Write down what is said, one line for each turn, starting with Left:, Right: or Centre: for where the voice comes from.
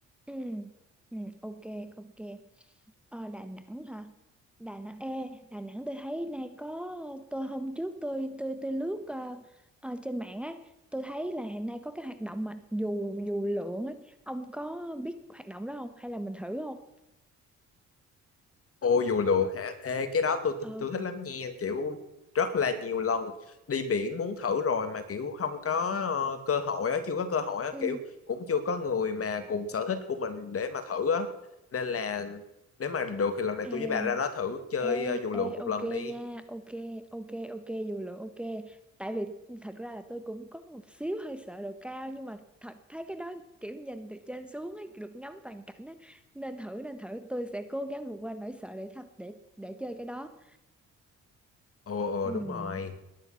Centre: Ừ, ừ, ok, ok. Ờ, Đà Nẵng hả? Đà Nẵng, ê, Đà Nẵng tôi thấy nay có, tôi hôm trước tôi tôi tôi lướt ờ, ờ, trên mạng á, tôi thấy là hiện nay có cái hoạt động mà dù dù lượn ấy, ông có biết hoạt động đó không? Hay là mình thử không?
Left: Ô dù lượn hả? Ê, cái đó tôi
Centre: Ờ,
Left: tôi thích lắm nha, kiểu rất là nhiều lần đi biển muốn thử rồi mà kiểu không có ờ, cơ hội á, chưa có cơ hội á,
Centre: ừ.
Left: kiểu cũng chưa có người mà cùng sở thích của mình để mà thử á. Nên là nếu mà được thì lần này
Centre: Ê,
Left: tôi với bà ra đó thử chơi
Centre: Ê,
Left: ờ, dù
Centre: ê,
Left: lượn một
Centre: ok
Left: lần đi.
Centre: nha, ok, ok, ok, dù lượng ok. Tại vì thật ra là tôi cũng có một xíu hơi sợ độ cao nhưng mà thật thấy cái đó kiểu nhìn từ trên xuống ấy, được ngắm toàn cảnh ấy. Nên thử, nên thử, tôi sẽ cố gắng vượt qua nỗi sợ để thật để để chơi cái đó.
Left: Ồ ồ
Centre: Ừm.
Left: đúng rồi.